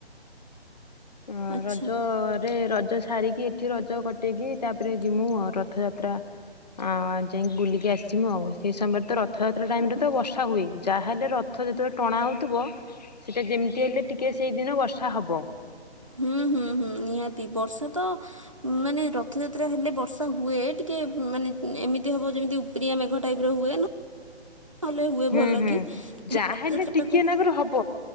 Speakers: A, on the left; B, on the right.
A: ହ
B: ଆଚ୍ଛା
A: ରଜରେ ରଜ ସାରିକି ଏଠି ରଜ କଟେଇକି ତାପରେ ଜିମୁ ରଥଯାତ୍ରା ଆଉ ଆଉ ଯାଇକି ବୁଲିକି ଆସିମୁ ଆଉ ସେ ସମୟରେ ତ ରଥଯାତ୍ରା ଟାଇମରେ ତ ବର୍ଷା ହୁଏ ଯାହାହେଲେ ର ରଥ ଯେତେବେଳେ ଟଣା ହେଉଥିବ ସେଇଟା ଯେମିତି ହେଲେ ଟିକିେ ସେଇଦିନ ବର୍ଷା ହବ
B: ହୁଁ ହୁଁ ହୁଁ ନିହାତି ବର୍ଷା ତ ମାନେ ରଥଯାତ୍ରା ହେଲେ ବର୍ଷା ହୁଏ ଟିକେ ମାନେ ଏମିତି ହବ ଯେମିତି ସ୍ତିଆ ମେଘ ଟାଇପ ର ହୁଏ ନା ହୁଏ
A: ହୁଁ
B: ଭଲ
A: ହୁଁ
B: କି କି
A: ଯାହାହେଲେ
B: ଯାତ୍ରାାକୁ
A: ଟିକେ ନାକୁରୁ ହବ।